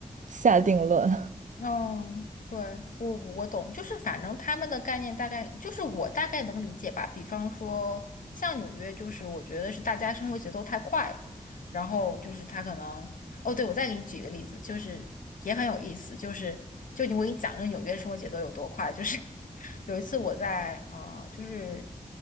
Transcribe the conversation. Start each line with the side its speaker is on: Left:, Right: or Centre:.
Right: 下定论 <laughs>
Left: 嗯，对，我我我懂，就是反正他们的概念大概就是我大概能理解吧。比方说，像纽约，就是我觉得是大家生活节奏太快了，然后就是他可能，哦，对，我再给你举一个例子，就是也很有意思，就是就我给你讲这个纽约生活节奏有多快，就是 <laughs> 有一次我在啊、呃就是